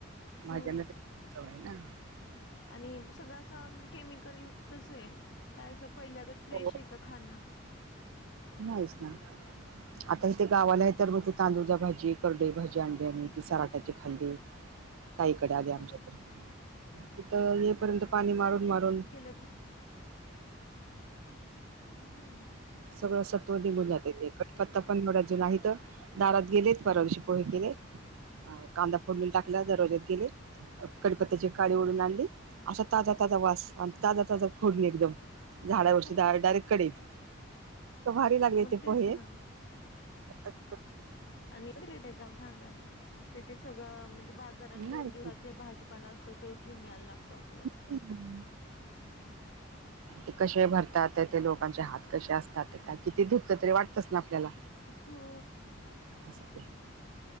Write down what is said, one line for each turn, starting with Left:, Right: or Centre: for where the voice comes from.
Right: माझ्यान
Left: हो
Right: तरी आहे ना
Left: आणि सगळं असं केमिकल युक्तच आहे काय असं पहिल्यागत फ्रेश
Right: हो
Left: आहे का खाणं
Right: नाहीच ना आताथ गावाला आहे तर मग ते तांदूळचा भाजी कंबरडं भाजी आणली आही ती सराट्याचे खाल्ले काईकडे आ
Left: हो
Right: आमच्या तर तिथ येपर्यंत पाणी मारून
Left: गेला
Right: मारून
Left: गेलं ती हा्
Right: सगळं सत्व देऊन जात ते पत्ता पण मडजन आहे तर दारात गेलेत पररागशी पोहे केले कांदा फोडले टाकला दरवाजात गेले कडपत्त्याची काडी ओढून आणली असा ताजा ताजा वास ताजा ताजा फोडणी एकदम झाडावरची
Left: हो
Right: डाळ डायरेक्ट कड ईत भारी लागली
Left: मग
Right: ते
Left: तेच
Right: पोहे
Left: ना
Right: अच्छा
Left: आणि का सांगा ना सीटीतट सगळं म्हणजे बाजारात
Right: नाही
Left: दोन दिवसाचे भाजी पाला असतो तेोच घेऊन यायला लागतो आपल्याला
Right: हम ते कसे भरतात ते ते लोकांचे हात कसे असतात काय किती धुतल तरी वाटतच ना आपल्याला
Left: हो
Right: त्या ते